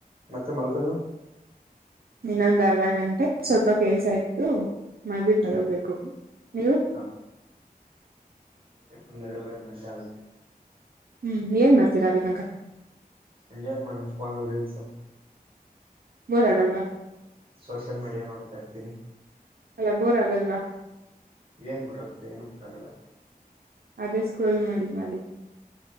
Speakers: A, on the right; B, on the right.
A: ಮತ್ತೆ ಮೊಲ್ಕದು
B: ಇನ್ನೊಂದ್ ಅರ್ಧ ಗಂಟೆ ಸ್ವಲ್ಪ ಕೇಸ ಆತು ಮಬಟ್ ಮಲೋಗ್ಬೇಕು
A: ಹಾ
B: ನೀವು
A: ಹಾ ಒಂದೆರಡವರೆ ಎರಡು ಗಂಟೆ ಆಗುತ್ತೆ
B: ಹ್ಮ್ ಏನ್ ಮಾಡ್ತೀರಾ ನೀವೀಗ
A: ಇನ್ ಏನ್ ಮೇಡಮ್ಫೋನಲ್ ರೀಲ್ಸ್
B: ಬೋರಗಲ್ವಾ
A: ಸೋಷಿಯಲ್ ಮೀಡಿಯಾ ನೋಡ್ತಾ ಇರ್ತೀನಿ
B: ಎಲ್ಲ ಬೋರ್ ಆಗಲ್ವಾ
A: ಏನ್ ಬರಗುತ್ತೆ ಏನು ಬರಾಗಲ್ಲ
B: ಅದೇ ಸ್ಕ್ರೋಲ್ ಮಾಡಿ ಮಾಡಿ